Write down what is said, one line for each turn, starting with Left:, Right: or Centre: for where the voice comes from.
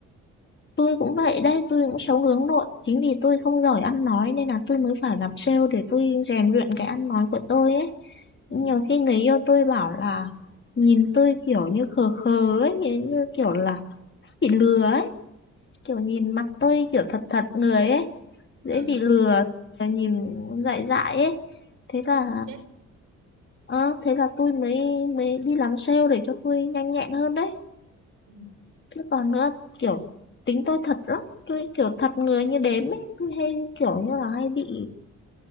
Left: Tôi cũng vậy đấy tôi cũng sống hướng nội. Chính vì tôi không giỏi ăn nói nên là tôi mới phải làm sale để tôi rèn luyện cái ăn nói của tôi ấy.
Right: ừ
Left: Nhiều khi người yêu tôi bảo là nhìn tôi kiểu như khờ khờ ấy, nhìn như kiểu là bị lừa ấy. Kiểu nhìn mặt tôi kiểu thật thật người ấy, dễ
Right: ừ
Left: bị lừa, rồi nhìn dại dại ấy. Thế là,
Right: chết
Left: ờ, thế là tôi mới mới đi làm sale để cho tôi nhanh nhẹn hơn đấy.
Right: ừ
Left: Chứ còn nữa kiểu tính tôi thật lắm tôi kiểu thật người như đếm ấy tôi hay kiểu như là hay bị